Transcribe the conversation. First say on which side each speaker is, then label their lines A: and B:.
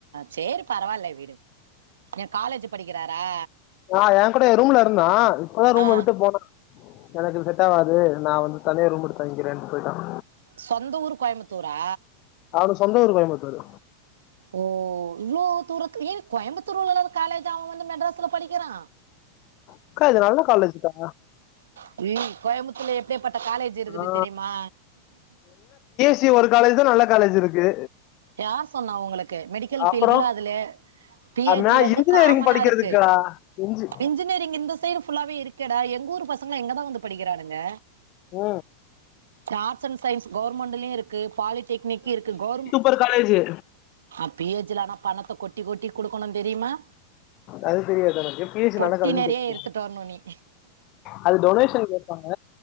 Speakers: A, on the right (about 65°); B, on the left (about 40°).
A: சேரி பரவாயில்லலை விடு என் காலேஜ் படிக்கிறாரா
B: ந என் கூட ரூம்ல இருந்தா இப்பதா ரூம்
A: ஆ
B: விட்டு போனா எனக்கு செட் ஆகாது நான் வந்துவ தனியே ரூம் எடுத்து தங்கிக்கிறேன் போயிட்டான்
A: சொந்த ஊரு கோயம்புத்தூரா
B: அவனு சொந்த ஊரு கோயம்புத்தூரு
A: ஒ இவ்ளோ தூரத்துலயே கோயம்புத்தூர் உள்ள காலேஜ் அவன் வந்து மெட்ராஸ்ல படிக்கிறா
B: அக்கா இது நல்லா காலேஜ்க்கா
A: <unintelligible> கோயம்புத்தூர்ல எப்பேர்ப்பட்ட காலேஜ் இருக்குது
B: ஆ
A: தெரியுமா
B: ஞ்சி ஒரு காலேஜ் தா நல்ல காலேஜ் இருக்கு
A: யார் சொன்னா உங்களுக்கு மெடிக்கல்
B: அப்றோ
A: பீல்டுல அதுல பி எ
B: நா
A: ஜி வந்து
B: இன்ஜினியரிங்
A: காமனா
B: படிக்கிறதுக்குடா
A: இருக்கு
B: இன்ஜி
A: இன்ஜினியரிங் இந்த சைடு புல்லாவே இருக்கேடா எங்க ஊர் பசங்களா இங்கதா வந்து படிக்கிறானுங்க
B: ஓ
A: ஆர்ட்ஸ் அண்ட் சயின்ஸ் கவுவர்மெண்ட்லயும் இருக்கு பாலிடெக்னிக் இருக்கு கவுர்மெண்ட்
B: பர் காலேஜூ
A: ஆ பியேஜ்ல ஆனா பணத்தை கொட்டி கொட்டி குடுக்குணும் தெரியுமா
B: அது தெரியாது எனக்கு பிஎஜி
A: பொட்டி
B: நல்லா காலேஜ்
A: நெறைய
B: தெரியு
A: எடுத்துட்டு வரணும் நீ
B: அது டொனேஷன் கேப்பாங்க